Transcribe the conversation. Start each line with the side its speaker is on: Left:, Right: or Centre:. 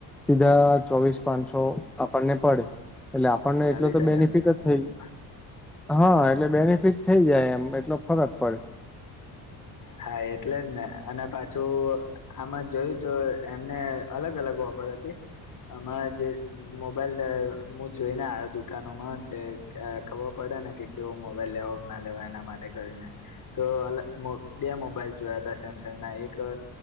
Centre: સીધા ચોવીસ પાંચસો આપણને પડે એટલે આપણને
Left: ચાલીસ
Centre: એટલો તો બેનિફિટ
Left: હજાર ના
Centre: જ
Left: મોબાઈલ
Centre: થઈ હા એટલે બેનિફિટ થઈ જાય એમ એટલો ફરક પડે.
Left: હા એટલે જ ને અને પાછું આમાં જોયું તો એમને અલગ અલગ ઓફર હતી. આમાં જે મોબાઈલ મું જોઈને આયો દુકાનોમાં તે અ ખબર પડે ને કે કેવો મોબાઈલ લેવો કે ના લેવો એના માટે કરીને. તો અલ બે મોબાઈલ જોયા હતા સેમસંગ ના એક